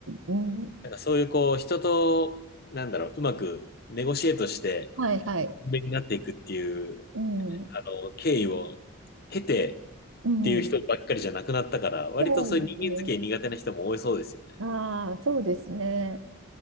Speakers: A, on the right (about 70°); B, on the left (about 45°).
A: うん、うん。
B: なんかそういうこう、人と、なんだろう、うまくネゴシエートして、
A: はいはい。
B: 有名になっていくっていう、
A: うん、
B: あの、経緯を経て、
A: うん。
B: っていう人ばっかりじゃなくなったから、割とそういう人間付き合い苦手な人も多いそうですよね。
A: そうですね。ああ、そうですね。